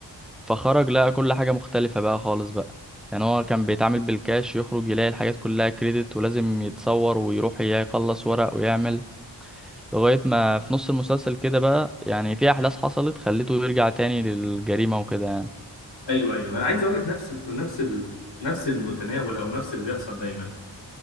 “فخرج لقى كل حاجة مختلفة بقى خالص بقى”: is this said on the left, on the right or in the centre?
Centre